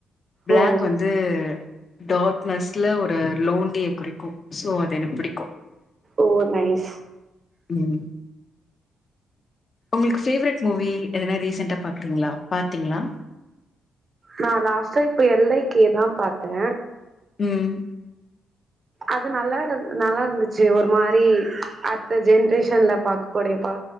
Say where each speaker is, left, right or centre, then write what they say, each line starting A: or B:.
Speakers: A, on the left; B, on the right.
A: பிளாக்
B: ஓ
A: வந் து டார்க்கனஸ்ல ஒரு லோண்லிய குறிக்கு சோ அது எனக்கு பிடிக்கு
B: ஓ நைஸ்
A: ம் உங்களுக்கு ஃபேவரெட் மூவி எதனா ரீசன்டா பாக்குறீங்ளா பாத்தீங்ளா
B: நா லாஸ்ட்டா இப்ப எல் ஐ கே தா பாத்தே
A: ம்
B: அது நல்லா இரு நல்லா இருந்துச்சு ஒரு மாரி அடுத்த ஜென்ரேஷன்ல பாக்க கூடிய ப